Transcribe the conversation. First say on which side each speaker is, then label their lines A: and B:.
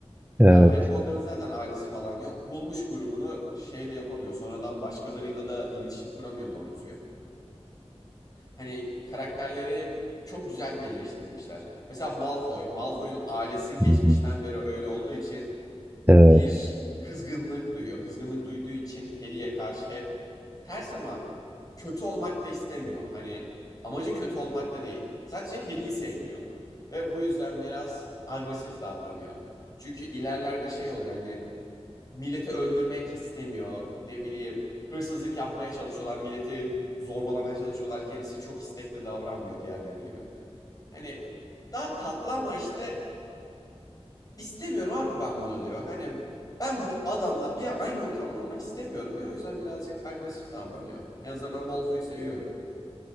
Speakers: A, on the right; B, on the left.
A: evet,
B: Ya Harry Potter'ın zaten ailesi falan yok. Bulmuş grubunu şey de yapamıyor. Sonradan başkalarıyla da iletişim kuramıyor doğru düzgün. Hani karakterleri çok güzel birleştirmişler. Mesela Malfoy, Malfoy'un ailesi geçmişten
A: hı hı,
B: beri öyle olduğu için
A: evet.
B: bir kızgınlık duyuyor. Kızgınlık duyduğu için Harry'e karşı hep ters ama kötü olmak da istemiyor. Hani amacı kötü olmak da değil. Sadece Harry'i sevmiyor. Ve bu yüzden biraz agresif davranıyor. Çünkü ilerlerde şey oluyor hani milleti öldürmek istemiyor. Ne bileyim hırsızlık yapmaya çalışıyorlar. Milleti zorbalamaya çalışıyorlar. Kendisi çok istekli davranmıyor diğerleri gibi. Hani daha tatlı ama işte İstemiyorum abi ben bunu diyor. Hani ben bu adamla bir aynı ortamda olmak istemiyorum diyor. O yüzden birazcık agresif davranıyor. En azından ben Malfoy'u seviyorum.